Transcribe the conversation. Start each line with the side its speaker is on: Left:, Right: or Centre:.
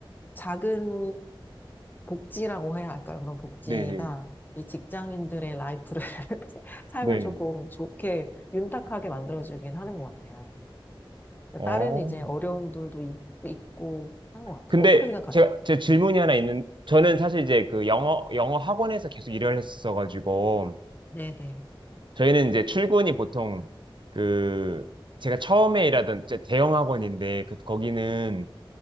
Left: 작은 복지라고 해야 할까요? 그런 복지가
Right: 네, 네,
Left: 이 직장인들의 라이프를, <laughs> 삶을
Right: 네.
Left: 조금 좋게, 윤택하게 만들어주긴 하는 것 같아요.
Right: 어.
Left: 다른 이제 어려움들도 있, 있고 한 것 같아요.
Right: 근데
Left: 어떻게 생각하세요?
Right: 제가 제 질문이
Left: 음.
Right: 하나 있는 저는 사실 이제 그 영어 영어 학원에서 계속 일을 했었어가지고
Left: 네네.
Right: 저희는 이제 출근이 보통 그 제가 처음에 일하던 제 대형 학원인데 그 거기는